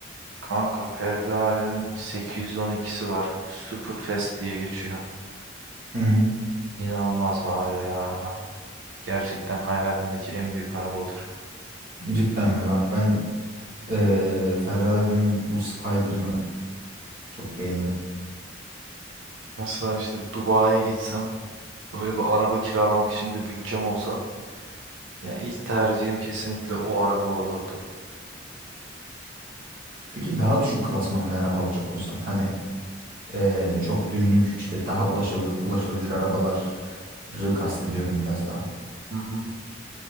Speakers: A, on the right; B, on the right.
A: Kanka Ferrari'nin 812'si var. Bu Superfast diye geçiyor.
B: Hı hı.
A: İnanılmaz bağırıyor ya araba. Gerçekten hayalimdeki en büyük araba odur.
B: Cidden mi? Bak ben Ee, Ferrari'nin bu Spider'ını çok beğenirim.
A: Mesela işte Dubai'ye gitsem Böyle bir araba kiralamak için de bütçem olsa yani ilk tercihim kesinlikle o araba olurdu.
B: Peki daha düşük klasman bir araba olacak olsan hani ee, çok günlük işte daha ulaşabil ulaşılabilir arabaları kastediyorum biraz daha.
A: Hı hı.